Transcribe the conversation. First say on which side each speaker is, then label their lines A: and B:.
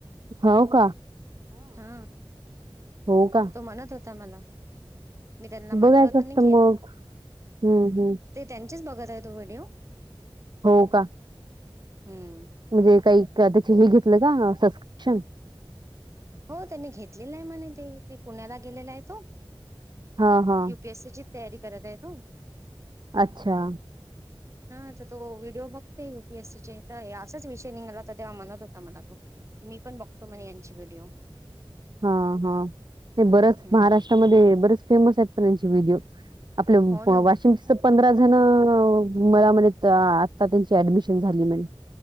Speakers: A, on the right; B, on the right.
A: हो का
B: हा
A: हो का
B: तो म्हणत होता मला मी त्यांना म्हंटल
A: बघायचं
B: होत
A: असतं
B: नाी
A: मग हम्म हम्म
B: ते त्यां बघत आहे तो व्हिडिओ
A: हो का
B: हम्म
A: म्हणजे काही त्याचे हे घेतलं का सबस्क्रिप्शन
B: हो त्यांनी घेतलेलं आहे म्हणे ते ते पुण्याला गेलेला आहे तो
A: हां, हां.
B: यूपीएससीची तयारी करत आहे तो
A: अच्छा
B: हा तर तो व्हिडिओ बघतेय युपीएससीचे तर असाच विषय निघाला तर तेव्हा म्हणत होता मला तो मी पण बघतो म्हणे यांची व्हिडिओ
A: हा हा ते बरच
B: हम्म
A: महाराष्ट्रामध्ये बरच फेमस आहेत प त्यांचे व्हिडओ आपलं
B: हो ना
A: वाशम पंधरा जण मला म्हण आता त्यांची ऍडमिशन झाली म्हणे